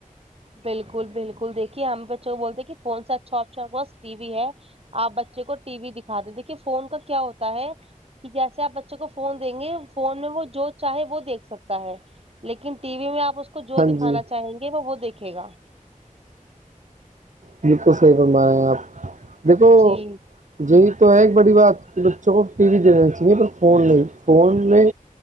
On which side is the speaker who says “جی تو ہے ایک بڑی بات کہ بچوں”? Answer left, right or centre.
Right